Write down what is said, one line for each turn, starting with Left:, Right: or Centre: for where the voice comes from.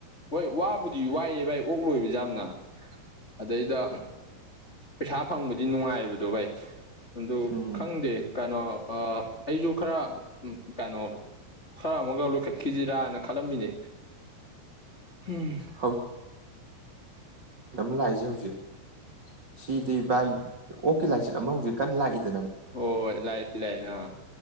Left: ꯍꯣꯏ ꯋꯥꯕꯨꯗꯤ ꯋꯥꯏꯑꯦ ꯚꯥꯏ ꯑꯣꯛꯂꯣꯏꯕꯁꯦ ꯌꯥꯝꯅ ꯑꯗꯩꯗ ꯄꯩꯁꯥ ꯐꯪꯕꯗꯤ ꯅꯨꯡꯉꯥꯏꯕꯗꯣ ꯚꯥꯏ ꯑꯗꯨ
Right: ꯎꯝ
Left: ꯈꯪꯗꯦ ꯀꯩꯅꯣ ꯑꯩꯁꯨ ꯈꯔ ꯀꯩꯅꯣ ꯈꯔ ꯑꯃꯒ ꯂꯣꯏꯈꯠꯈꯤꯁꯤꯔꯥꯅ ꯈꯜꯂꯝꯃꯤꯅꯦ ꯎꯝ
Right: ꯍꯧ ꯑꯃ ꯂꯥꯛꯏꯁꯦ ꯍꯧꯖꯤꯛ ꯁꯤꯗꯤ ꯚꯏ ꯑꯣꯦ ꯂꯥꯏꯆꯠ ꯑꯃ ꯍꯧꯖꯤꯛ ꯀꯟꯅ ꯂꯥꯛꯏꯗꯅ
Left: ꯑꯣ ꯂꯥꯏ ꯂꯩ ꯑꯥ